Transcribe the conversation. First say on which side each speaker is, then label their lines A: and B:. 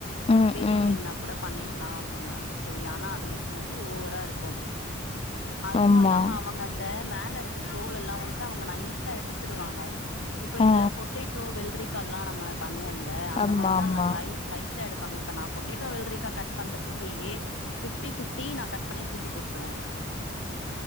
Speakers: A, on the left; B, on the left.
A: ம்
B: பெரிய
A: ம்
B: மீன்னா கூட பண்ணிர்லா அப்டின்னாங்க சேரி ஆனா அதுல ஸ்மெல் ஓவரா இருக்கு அதுவும்
A: ஆமா
B: இல்லாம அவங்க அந்த மேல இருக்க தோல் எல்லாம் வந்ட்டு அவங்க நைசா எடுத்துடுவாங்க இப்ப இந்த
A: ஆ
B: பொட்டேட்டோ வெல்ரிக்கா லா நம்ம பண்ணுவோம்ல அந்த
A: ஆமா
B: மாரிதா
A: ஆமா
B: ல லை லை ட்டா எடுப்பாங்க இப்ப நான் பொட்டேட்டோ வெல்ரிக்கா கட் பண்றதுக்கே ஃப்டி ஃப்டி நா கட் பண்ணி தூக்கி போட்ருவ